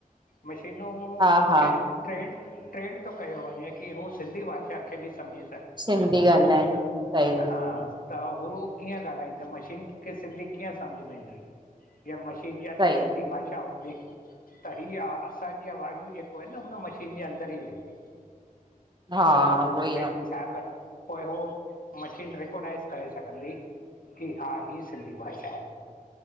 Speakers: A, on the left; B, on the right.
A: मशीनूं
B: हा हा
A: खे। ट्रेंड ट्रेंड तो कयो वंञें कि हो सिंधी भाषा खे ॿि सम्झी
B: सिंधी ॻाल्हाइनि
A: त,
B: सही
A: हा।
B: आ
A: <unintelligible> त हू कीअं ॻाल्हाईंदा मशीन खे सिंधी कीअं सम्झि में ईंदी? ॼीअं मशीन ॼे अंदरि
B: सही
A: सिंधी
B: आ
A: भाषा हूंदी। त ही असांॼी अवाजूं ॼेको आहिन न हुन मशीन ॼे अन्दर ई वेंदियूं।
B: हा
A: त हू
B: उहो
A: वरी
B: ई आ
A: छा कर पोइ हू मशीन रिकोनाइज़ करे सघंदी। की हा हीअ सिंधी भाषा आहे।